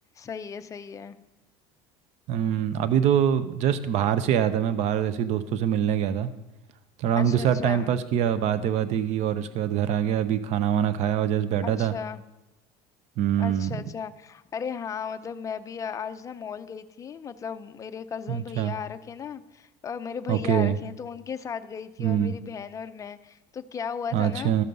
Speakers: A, on the left; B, on the right.
A: सही है सही है
B: अम, अभी तो जस्ट बाहर से आया था मैं बाहर ऐसे ही दोस्तों से मिलने गया था थोड़ा उनके
A: अच्छा
B: साथ
A: अच्छा
B: टाइम पास किया बातें बातें की और उसके बाद घर आ गया अभी खाना वाना खाया और जस्ट बैठा
A: अच्छा
B: था हम्म
A: अच्छा अच्छा अरे हाँ मतलब मैं भी आ- आज ना मॉल गई थी मतलब मेरे कजन
B: अच्छा
A: भैया आ रखे ना और मेरे भैया
B: ओके
A: आ रखे हैं तो उनके साथ गई थी
B: हम्म
A: और मेरी बहन और मैं तो क्या हुआ था
B: अच्छा
A: ना